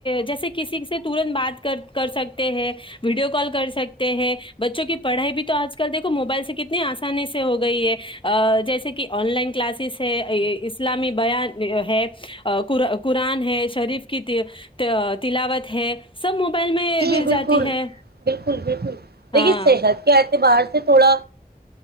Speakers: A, on the left; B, on the right.
A: جیسے کسی سے ترنت بات کر سکتے ہیں ویڈیو کال کر سکتے ہیں بچوں کی پڑھائی بھی تو آج کل دیکھو موبائل سے کتنی آسانی سے ہو گئی ہے جیسے کہ آن لائن کلاسز ہے اسلامی بیان ہے قرآن ہے شریف کی تلاوت ہے سب موبائل میں
B: جی
A: مل
B: بالکل
A: جاتی ہے
B: بالکل بالکل
A: ہاں
B: دیکے سے شید کیا آ تھ باہر سے تھوڑا